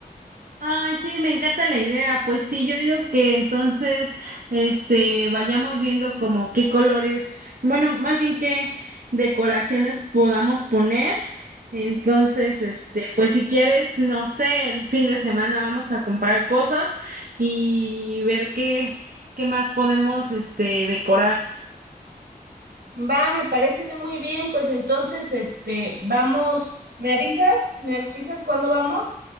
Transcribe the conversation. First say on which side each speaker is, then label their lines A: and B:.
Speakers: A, on the right; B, on the right.
A: Ay, sí, me encanta la idea. Pues sí, yo digo que entonces, este, vayamos viendo como qué colores, bueno, más bien qué decoraciones podamos poner. Entonces, este, pues si quieres, no sé, el fin de semana vamos a comprar cosas y ver qué, qué más podemos, este, decorar.
B: Va, me parece muy bien, pues entonces, este, vamos, me avisas, me avisas cuándo vamos